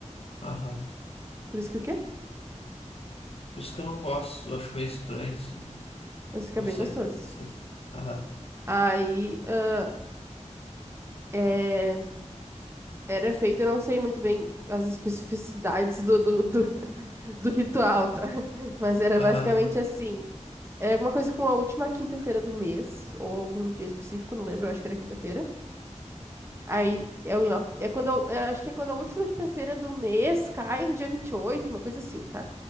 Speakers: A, on the left (about 50°); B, on the right (about 20°).
A: Aham.
B: Por isso que o quê?
A: Por isso que eu não gosto, eu acho meio estranho, assim.
B: Mas fica
A: Não
B: bem
A: sei,
B: gostoso.
A: não sei se... Aham,
B: Aí, ah, é, era feito, eu não sei muito bem as especificidades do, do, do, <laughs> do ritual, tá? <laughs> Mas era
A: aham,
B: basicamente assim. É alguma coisa com a última quinta-feira do mês, ou algum dia específico, não lembro, eu acho que era quinta-feira. Aí é o nhoque. É quando, a- é, acho que é quando a última quinta-feira do mês cai no dia 28 uma coisa assim, tá?